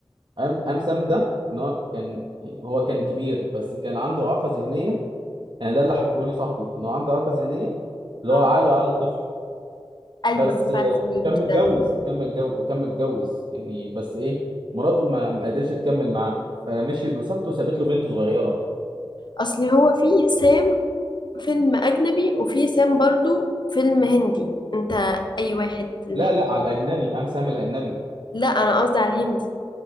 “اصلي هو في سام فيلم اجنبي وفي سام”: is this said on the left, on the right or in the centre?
Left